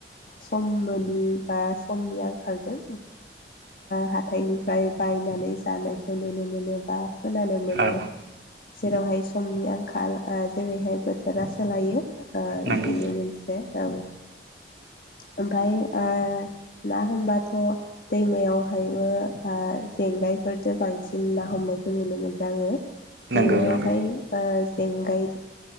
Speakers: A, on the left; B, on the right.
A: सम मोनि बा समनि आंखालजों हाथाइनिफ्राय बायनानै जानायखौ नुनो मोनो बा। खोनानो मोनो
B: औ
A: जेरावहाय समनि आंखाल। जेरैहाय बोथोरा सोलायो बिदिनो
B: नंगौ
A: मोनसे औ। ओमफ्राय ना होनबाथ'। दैमायावहायबो जेंगायफोरजों बांसिन ना हमनाय नुनो मोनदों आङो दैमायावहाय
B: नंगौ नंगौ
A: जेंगाय।